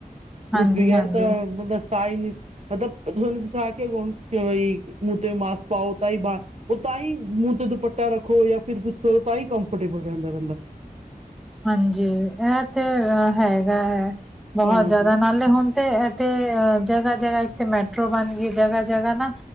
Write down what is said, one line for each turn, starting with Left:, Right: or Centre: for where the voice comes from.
Centre: ਹਾਂਜੀ
Right: ਉਸ ਬਗੈਰ
Centre: ਹਾਂਜੀ
Right: ਤਾਂ ਬੰਦਾ ਸਾਹ ਈ ਨਿ ਮਤਲਬ ਤੁਸਾ ਨੇ ਜਿਸਰਾ ਆਖਿਆ, ਹੁਣ ਬਈ ਮੂੰਹ ਤੇ ਮਾਸਕ ਪਾਓ, ਤਾਂ ਹੀ ਬਾਹਰ ਓ ਤਾਂ ਈ ਮੂੰਹ ਤੇ ਦੁਪੱਟਾ ਰੱਖੋ, ਯਾ ਫਿਰ ਕੁਛ ਕਰੋ, ਤਾਂ ਹੀ ਕੰਫਰਟੇਬਲ ਰਹਿੰਦਾ ਬੰਦਾ।
Centre: ਹਾਂਜੀ, ਏਹ ਤੇ ਹੈਗਾ ਹੈ, ਬੋਹਤ
Right: ਹਾਂ
Centre: ਜ਼ਆਦਾ। ਨਾਲੇ ਹੁਣ ਤੇ ਏਥੇ ਅ ਜਗ੍ਹਾ ਜਗ੍ਹਾ ਇੱਕ ਤੇ ਮੈਟਰੋ ਬਣ ਗਈ, ਜਗ੍ਹਾ ਜਗ੍ਹਾ ਨਾ